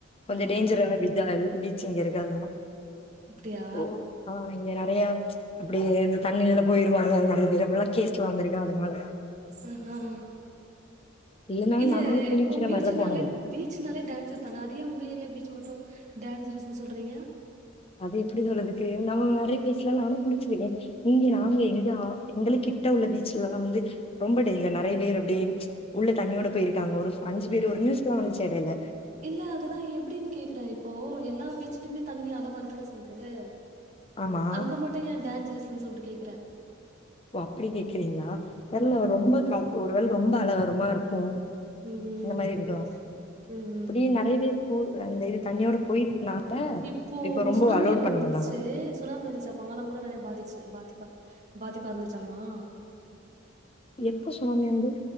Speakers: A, on the left (about 30°); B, on the right (about 35°).
A: கொஞ்ச
B: ஆ ஆ
A: டேஞ்சரான விஜா பீச்சிங் இருக்கு அதெல்லா
B: அப்டியா
A: ஓ ஆ இங்க நெறைய அப்படி இந்த தண்ணில போயிருவாங்க நெறைய ப்படல்லா கேஸ்ல வந்திருக்கா அதனால
B: ம் ம்
A: இல்லனாலும்
B: இல்ல
A: நாங்களும் குளிக்கிற
B: இப்போ பீச்சனால
A: மாரிலாம் போனதில்ல.
B: பீச் னாலே டேஞ்சர் தான அதே உங்க ஏரியா பீச் மட்டு டேஞ்சரஸ் சொல்றீங்க
A: அது எப்படி சொல்லறதுக்கு நம்ம நெறைய பேசலா நானு புடிச்சிருக்கே இங்க நாங்க எங்க எங்களுக்கு கிட்ட உள்ள பீச்சலல்லா வந்து ரொம்ப டேஞ்சர் நெறைய பேர் அப்டியே உள்ள தண்ணியோட போயிருக்காங்க ஒரு அஞ்சு பேர் ஒரு நியூஸ் எல்லா வந்துச்சே எடையில
B: இல்ல அதுதா எப்டின்னு கேக்குறே இப்போ எல்லா பீச்சலயுமே தண்ணி அல வரத்தான செய்யுது
A: ஆமா
B: அங்க மட்டு ஏ டேஞ்சரஸ்ன்னு சொல்ட்டு கேக்குற
A: ஓ அப்படி கேக்குறீங்களா தெர்ல ரொம்ப காத் ஒரு வேள ரொம்ப அலவருமா இருக்கு
B: ம் ம்
A: இந்த மாரி இருகட்டு
B: ம்
A: அப்படியே
B: ம்
A: நெறைய பேர் போ அந்த இது தண்ணியோட போயிருக்குனா
B: இப்போ
A: இப்ப ரொம்ப
B: சுனாமி
A: அலோட்
B: வந்துச்சே
A: பண்ண மாட்டாங்க
B: சுனாமி வந்துச்சு அப்பங்காலா கூட நெறைய பாதிச்சு பாதிப்பா பாதிப்பா இருந்துச்சாமா
A: எப்போ சுனாமி வந்து